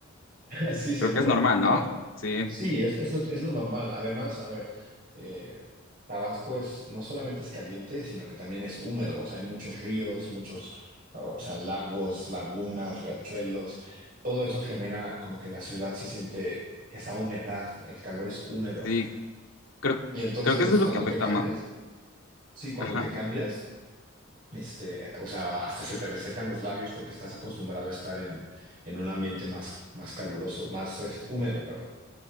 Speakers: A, on the right (about 45°); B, on the left (about 75°).
A: <laughs> Sí, seguro.
B: Creo que es normal, ¿no? Sí,
A: Sí, es, es lo, es lo normal. Además, a ver, eh, Tabasco es, no solamente es caliente, sino que también es húmedo. O sea, hay muchos ríos, muchos, o sea, lagos, lagunas, riachuelos. Todo eso genera como que la ciudad se siente esa humedad, el calor es húmedo.
B: sí, creo,
A: Y entonces
B: creo que eso es
A: cuando
B: lo que afecta
A: te cambias,
B: más.
A: sí, cuando
B: Ajá.
A: te cambias, este, o sea, hasta se te resecan los labios porque estás acostumbrado a estar en, en un ambiente más, más caluroso, más eh, húmedo, perdón.